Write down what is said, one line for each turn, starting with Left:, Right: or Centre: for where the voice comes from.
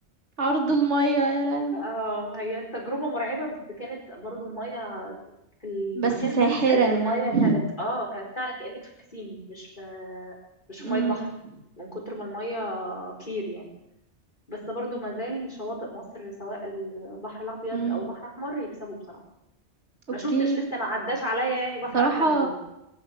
Right: عرض المية يا لهوي
Left: اه هي تجربة مرعبة بس كانت برضو المية في المكان
Right: بس ساحرة
Left: ده بالذات
Right: يعني
Left: المية كانت اه كانت فعلا كأنك في بسين مش في مش في مية
Right: امم
Left: بحر من كتر ما المية كلير يعني بس برضو ما زال شواطئ مصر سواء البحر الأبيض
Right: امم
Left: أو بحر أحمر يكسبوا بصراحة ما
Right: اوكي
Left: شفتش لسه ما عداش عليا يعني بحر
Right: صراحة
Left: أحلى من دول